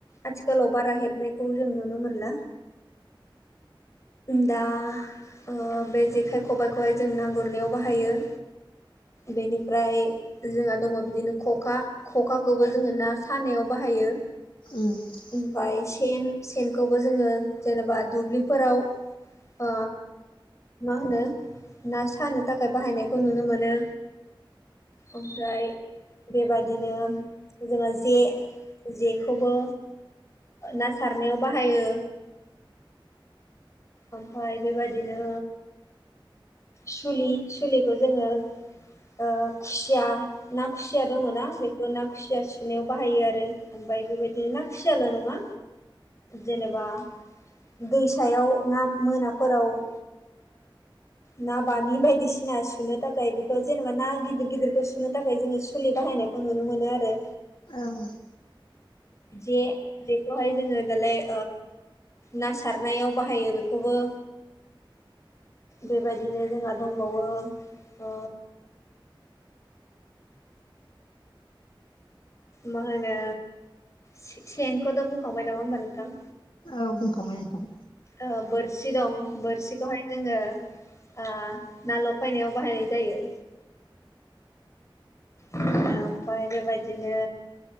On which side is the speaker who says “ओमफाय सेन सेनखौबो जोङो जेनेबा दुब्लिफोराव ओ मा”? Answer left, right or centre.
Left